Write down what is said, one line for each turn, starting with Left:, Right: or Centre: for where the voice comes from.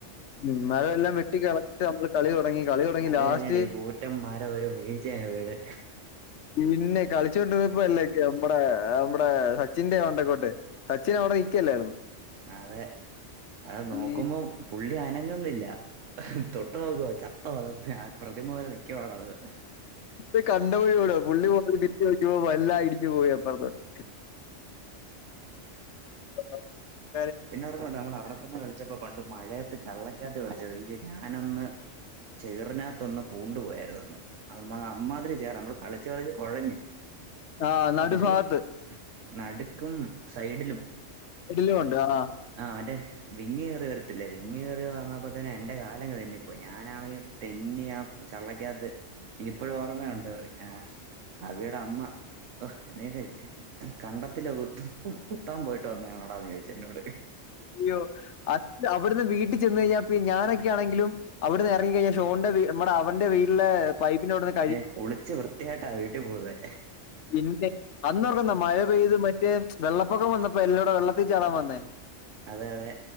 Left: ഉം മഴമെല്ലാം വെട്ടി കള് നമ്മള് കളി തുടങ്ങി കളി തുടങ്ങി
Right: അത്
Left: ലാസ്റ്റ്
Right: കഴിഞ്ഞ ടെ ഈ കൂറ്റന്മാരെ ഒരു വീഴ്ചയങ്ങ് വീണ്
Left: പിന്നെ കളിച്ചോണ്ടിക്കുന്നപ്പ അല്ലേ നമ്മടെ നമ്മടെ സച്ചിന്റെ മണ്ടക്കോട്ട് സച്ചിൻ അവിടെ നിക്കല്ലായിരുന്നു
Right: അതെ അത് നോക്കുമ്പോം
Left: ഈ
Right: പുള്ളി ആനങ്ങൊന്നില്ല തൊട്ട് നോക്കുവോ ചത്തോ അഹ് ഞാൻ പ്രതിമ പോലെ നിക്കവാണോ അത്
Left: ഈ കണ്ടപ്പോഴടാ പുള്ളി പോയി തിരി വെക്ക പോ എല്ലാം അടിഞ്ഞു പോയിപ്പറന്നോട്ട് <inaudible>
Right: പിന്നെ ഓപ്പുണ്ട് നമ്മൾ അവിടെത്തന്നെ കളിച്ചപ്പോ പണ്ട മഴയത്ത് ചള്ളയ്ക്കകത്ത് കളിച്ചത് ഈ ഞാനന്ന് ചേറിനകത്തൊന്ന് പൂണ്ടു പോയായിരുന്ന് അന്ന് അഹ് അമ്മാതിരി ചേരാ നമ്മള് കളിച്ചു കളിച്ചു കുഴഞ്ഞു
Left: ആ നടുഭാഗത്ത്
Right: എന്നിട്ട് നടുക്കും സൈഡിലും
Left: എടലും ഉണ്ട് ആഹ്
Right: ആഹ് മറ്റേ വിങ്ങ് കേറി വരത്തില്ലേ വിങ്ങ് കയറി വന്നപ്പോ തന്നെ എന്റെ കാല് അങ്ങ് തെന്നി പോയി ഞാനാണെങ്കിൽ തെന്നിയാ ചള്ളയ്ക്കകത്ത് എനിക്ക് ഇപ്പോഴും ഓർമ്മയുണ്ട് ആഹ് അവിയടെ അമ്മ നീ കണ്ടത്തി കു കുത്താൻ പോയിട്ട് വന്നതണോടാ അത് ചോദിച്ച എന്നോട്
Left: അയ്യോ അഹ് അവിടുന്ന് വീട്ടിൽ ചെന്ന് കഴിഞ്ഞാൽ ഞാനൊക്കെ ആണെങ്കിലും അവിടെ നേറങ്ങി കഴിഞ്ഞാ ഷോന്റെ നമ്മടെ അവന്റെ വീട്ടില് പൈപ്പിന ഇവിടുന്ന്
Right: ഏഹ് കുളിച്ച് വൃത്തിയായിട്ട ആഹ് വീട്ട് പോന്നേ
Left: പിന്നെ അന്ന് ഉറക്കന്നാ മഴ പെയ്ത് മറ്റേ വെള്ളപ്പൊക്കം വന്നപ്പോ എല്ലടെ വെള്ളത്തിൽക്ക് ചാടാൻ വന്നേ
Right: അതെ അതെ